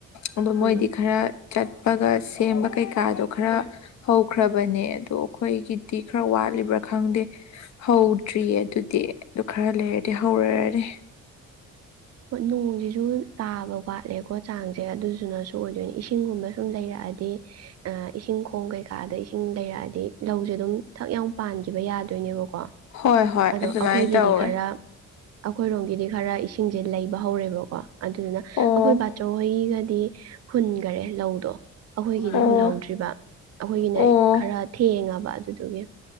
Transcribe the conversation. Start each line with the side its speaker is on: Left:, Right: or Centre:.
Left: ꯑꯣ
Right: ꯎꯝ
Left: ꯃꯣꯏꯗꯤ ꯈꯔ ꯆꯠꯄꯒ ꯁꯦꯝꯕ ꯀꯩꯀꯥꯗꯣ ꯈꯔ ꯍꯧꯈ꯭ꯔꯕꯅꯦ ꯑꯗꯣ ꯑꯩꯈꯣꯏꯒꯤꯗꯤ ꯈꯔ ꯋꯥꯠꯂꯤꯕ꯭ꯔꯥ ꯈꯪꯗꯦ ꯍꯧꯗ꯭ꯔꯤꯌꯦ ꯑꯗꯨꯗꯤ ꯑꯗꯨ ꯈꯔ ꯂꯩ ꯇꯗꯤ ꯍꯧꯔꯗꯤ
Right: ꯍ ꯅꯣꯡꯁꯤꯁꯨ ꯇꯥꯕ ꯋꯥꯠꯂꯦꯀꯣ ꯆꯥꯡꯁꯦ ꯑꯗꯨꯗꯨꯅꯁꯨ ꯑꯣꯏꯗꯣꯏꯅꯦ ꯏꯁꯤꯡꯒꯨꯝꯕ ꯁꯨꯝ ꯂꯩꯔꯛꯑꯗꯤ ꯑ ꯏꯁꯤꯡ ꯈꯣꯡ ꯀꯩꯀꯥꯗ ꯏꯁꯤꯡ ꯂꯩꯔꯛꯑꯗꯤ ꯍꯥꯏꯗꯤ ꯂꯧꯁꯦ ꯑꯗꯨꯝ ꯊꯛ ꯌꯥꯝ ꯄꯥꯟꯈꯤꯕ ꯌꯥꯗꯣꯏꯅꯦꯕꯀꯣ
Left: ꯍꯣꯏ ꯍꯣꯏ
Right: ꯑꯗꯣ
Left: ꯑꯗꯨꯃꯥꯏꯅ
Right: ꯑꯩꯈꯣꯏꯒꯤꯗꯤ
Left: ꯇꯧꯋꯦ
Right: ꯈꯔ ꯑꯩꯈꯣꯏꯔꯣꯝꯒꯤꯗꯤ ꯈꯔ ꯏꯁꯤꯡ ꯁꯤꯡꯁꯦ ꯂꯩꯕ ꯍꯧꯔꯦꯕꯀꯣ ꯑꯗꯨꯗꯨꯅ
Left: ꯑꯣ
Right: ꯑꯩꯈꯣꯏ ꯕꯥꯆꯧꯍꯣꯏꯒꯗꯤ ꯍꯨꯟꯈꯔꯦ ꯂꯧꯗꯣ ꯑꯩꯈꯣꯏꯒꯤꯗꯤ
Left: ꯑꯣ
Right: ꯍꯨꯜꯍꯧꯗ꯭ꯔꯤꯕ ꯑꯩꯈꯣꯏꯒꯤꯅ
Left: ꯑꯣ
Right: ꯈꯔ ꯊꯦꯡꯉꯕ ꯑꯗꯨ ꯑꯗꯨꯒꯤ